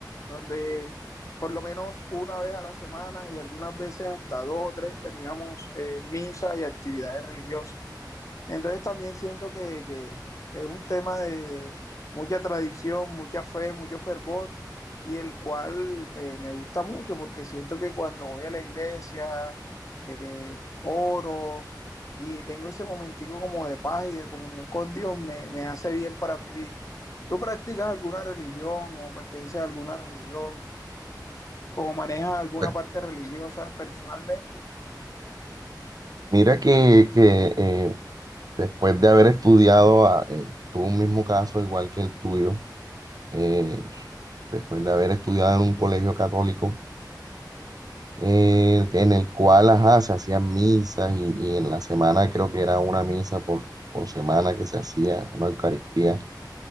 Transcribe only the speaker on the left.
donde por lo menos una vez a la semana y algunas veces hasta dos o tres teníamos eh, misa y actividades religiosas. Entonces también siento que, que es un tema de, de mucha tradición, mucha fe, mucho fervor, y el cual me, me gusta mucho porque siento que cuando voy a la iglesia, eh, oro y tengo ese momentico como de paz y de comunión con Dios, me, me hace bien para mi vida. ¿Tú practicas alguna religión o perteneces a alguna religión o manejas alguna
parte religiosa personalmente?